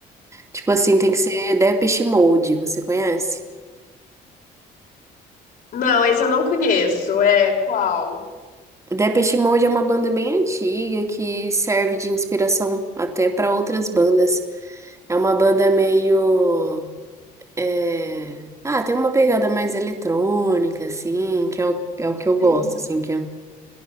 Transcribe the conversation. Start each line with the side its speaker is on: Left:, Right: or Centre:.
Right: Tipo assim, tem que ser Depeche Mode, você conhece?
Left: Não, esse eu não conheço, é qual?
Right: Depeche Mode é uma banda bem antiga que serve de inspiração até pra outras bandas. É uma banda meio. é, Ah, tem uma pegada mais eletrônica, assim, que é o, é o que eu
Left: Sim.
Right: gosto, assim, que é